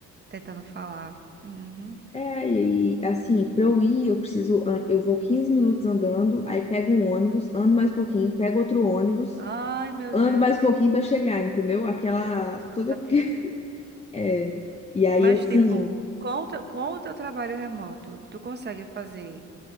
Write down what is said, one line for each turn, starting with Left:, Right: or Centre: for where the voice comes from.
Right: tentando falar. Uhum.
Left: É, e e, assim, pra eu ir, eu preciso. an- Eu vou 15 minutos andando, aí pego um ônibus, ando mais um pouquinho, pego outro ônibus,
Right: Ai, meu
Left: ando
Right: Deus
Left: mais
Right: do céu,
Left: um pouquinho pra chegar, entendeu? Aquela.
Right: muito cansativo.
Left: Toda. <laughs> É. E aí,
Right: Mas,
Left: assim.
Right: tipo, com o teu, com o teu trabalho remoto, tu consegue fazer